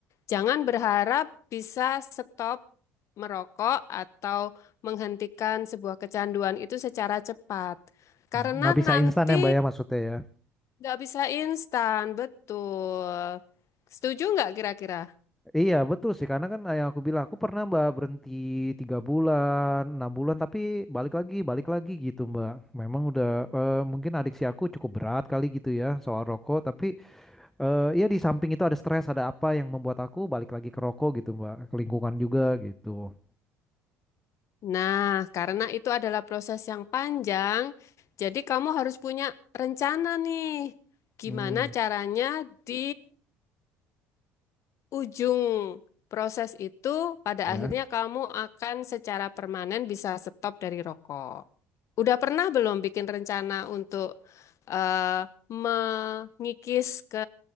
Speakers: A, on the left; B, in the centre.
A: Jangan berharap bisa stop merokok atau menghentikan sebuah kecanduan itu secara cepat. Karena
B: Mm, Nggak bisa
A: nanti
B: instan ya, Mbak ya maksudnya ya.
A: Nggak bisa instan, betul. Setuju nggak kira-kira?
B: Iya betul sih karena kan yang aku bilang aku pernah mbak berhenti tiga bulan enam bulan tapi balik lagi balik lagi gitu mbak memang udah eh, mungkin adiksi aku cukup berat kali gitu ya soal rokok tapi eh ya di samping itu ada stres ada apa yang membuat aku balik lagi ke rokok gitu mbak ke lingkungan juga gitu
A: Nah, karena itu adalah proses yang panjang, jadi kamu harus punya rencana nih. Gimana
B: hmm
A: caranya di ujung proses itu, pada
B: ya
A: akhirnya kamu akan secara permanen bisa stop dari rokok. Udah pernah belum bikin rencana untuk eh, mengikis ke